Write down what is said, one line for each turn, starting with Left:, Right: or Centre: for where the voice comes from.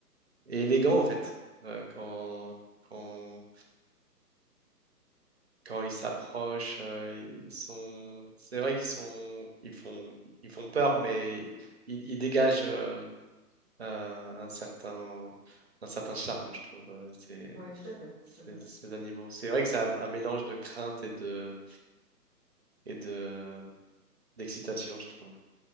Right: et élégants en fait. Euh, quand, quand, quand ils s'approchent, euh, ils sont, c'est vrai qu'ils sont, ils font, ils font peur, mais ils, ils dégagent euh, un un certain, un certain charme, je trouve, euh, ces,
Left: oui, tout à fait,
Right: ces,
Left: c'est vrai.
Right: ces animaux. C'est vrai que c'est un, un mélange de crainte et de, et de, d'excitation, je trouve.